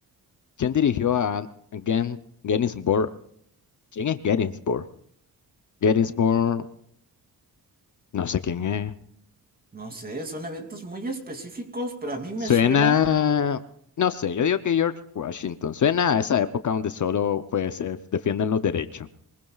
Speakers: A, on the left; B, on the right.
A: quién dirigió a Gen- Gettysburg? ¿Quién es Gettysburg? Gettysburg, no sé quién es.
B: No sé, son eventos muy específicos, pero a mí me
A: Suena,
B: suena.
A: no sé, yo digo que George Washington. Suena a esa época donde solo pues se defienden los derechos.